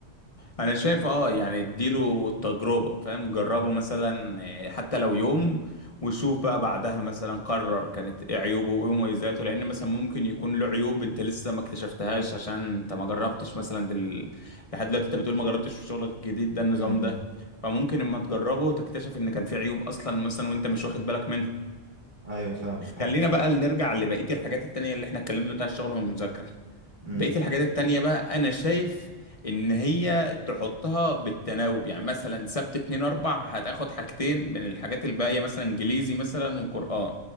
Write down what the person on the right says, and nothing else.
م-
م.
أيوه فاهمك فاهم
م-